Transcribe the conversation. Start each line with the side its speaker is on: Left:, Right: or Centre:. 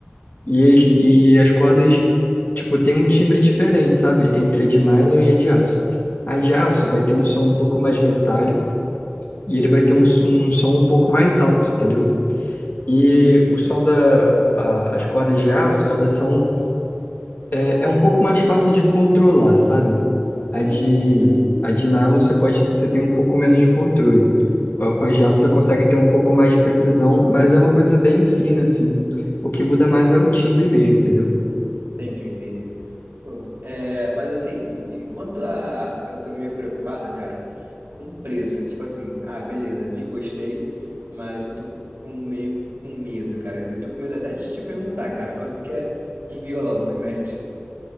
Left: E, as- e as cordas, tipo, tem um timbre diferente, sabe? Entre a de nylon e a de aço. A de aço vai ter um som um pouco mais metálico e ele vai ter um, s- um som um pouco mais alto, entendeu? E o som da, a- as cordas de aço, elas são, é, é um pouco mais fácil de controlar, sabe? A de,
Right: Uhum. Sim.
Left: a de nylon você pode, você tem um pouco menos de controle. Com a com as de aço você consegue ter um pouco mais de precisão, mas é uma coisa bem fina, assim. O que muda mais é o timbre mesmo, entendeu?
Right: Entendi, entendi. Pô, É, mas assim, e- e quanto a. Eu tô meio preocupado, cara, com preço. Tipo assim, ah, beleza, vi, gostei, mas eu tô com meio com medo, cara. Eu tô com medo até de te perguntar, cara, quanto que é um violão, em média?